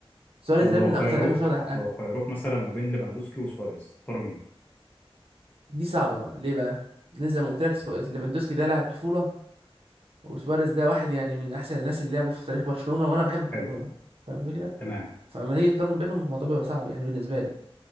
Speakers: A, on the right; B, on the left.
A: سواريز
B: طب لو
A: ده من
B: خيروك
A: اكتر لعيبه مش واخد حقها
B: لو خيروك مثلا ما بين ليفاندوسكي وسواريز تختار مين
A: دي صعبه بقى ليه بقى لأن زي ما قلت لك سو- ليفاندوسكي ده لاعب طفوله وسواريز ده واحد يعني من احسن الناس اللي لعبوا في تاريخ برشلونة وانا بحب برشلونة
B: حلو
A: فاهم الفكرة
B: تمام
A: فلما تيجي تقارن بينهم الموضوع بيبقى صعب يعني بالنسبة لي